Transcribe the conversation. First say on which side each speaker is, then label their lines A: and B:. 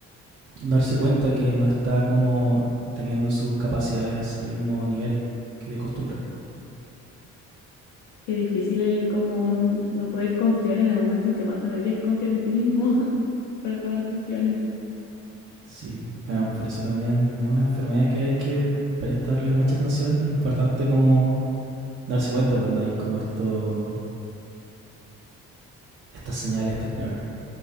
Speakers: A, on the right; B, on the left.
A: darse cuenta que no está como teniendo sus capacidades al mismo nivel que de costumbre.
B: Qué difícil el como no, no poder confiar en el momento en que más deberías confiar en ti mismo <laughs> para tomar decisiones.
A: Sí, bueno, por eso también es una enfermedad que hay que prestarle mucha atención. Es importante como darse cuenta cuando hay como esto, estas señales tempranas.